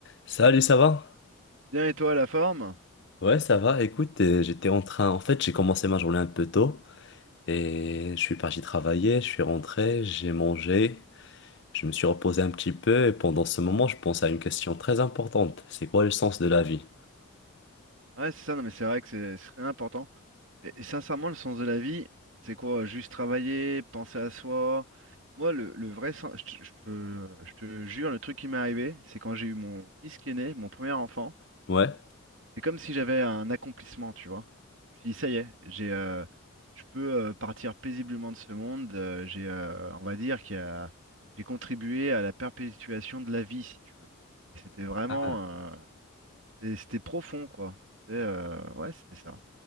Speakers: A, on the left; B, on the right.
A: Salut, ça va?
B: Bien et toi, la forme?
A: Ouais, ça va. Écoute, euh, j'étais en train. En fait, j'ai commencé ma journée un peu tôt et je suis parti travailler. Je suis rentré, j'ai mangé, je me suis reposé un petit peu et pendant ce moment, je pense à une question très importante. C'est quoi le sens de la vie?
B: Ouais, c'est ça, non mais c'est vrai que c'est c'est très important. Et, et sincèrement, le sens de la vie, c'est quoi? Juste travailler, penser à soi. Moi, le, le vrai sens, je te, je te- je te jure, le truc qui m'est arrivé, c'est quand j'ai eu mon fils qui est né, mon premier enfant,
A: Ouais.
B: c'est comme si j'avais un accomplissement, tu vois. Je me suis dit, ça y est, j'ai, euh, je peux euh, partir paisiblement de ce monde. euh, j'ai, euh, on va dire qu'il y a, j'ai contribué à la perpétuation de la vie, si tu veux. Et c'était vraiment,
A: Ah,
B: euh, Et c'était profond, quoi. C'était euh, ouais, c'était ça.